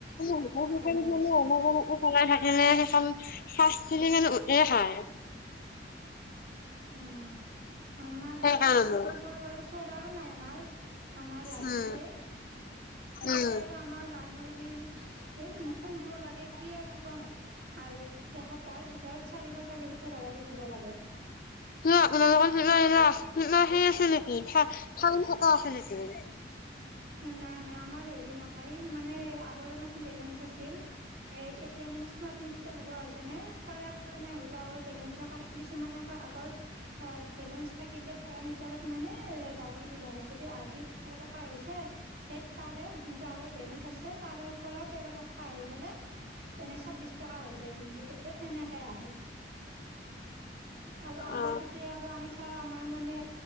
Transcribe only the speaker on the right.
অ আচ্ছা
অ', আমাৰো
তেনেকুৱা বাৰু চলাৰো নাই আমাৰ। আমাৰ লাইনতে,
তাতে আৰু আমাৰ লাইনৰ বিল এ' ইমান দিব লাগে কি আৰু কম আৰু এসপ্তাহৰ ভিতৰত চাৰিশ চাৰিশ ভৰাই থাকিব লাগে।
নাই নাই আমাৰ হেৰি নাই, মানে আগৰ মানে বেলেঞ্চ আছিল। এতিয়া মানে স্মাৰ্ট মিটাৰ লগোৱা হৈছে নে, তাৰে কাৰণে হয়তো আগৰ বেলেঞ্চৰ কাৰনে কিছুমানে আকৌ আগৰ আৰু বেলেঞ্চ থাকিলে এ' মিটাৰত মানে ডাবল বিল আহে, যদি আজি তেৰ টকা আহিছে সেই তাৰে যোনটো আগৰ বেলেঞ্চ আছে, তাৰে পৰা তেৰ টকা আহি পেলাই এনে ছাব্বিশ টকা হৈ যায় দিনটোত তেনেকে আহে। আৰু আমাৰ
কেতিয়াবা আমি চাওঁ আমাৰ মানে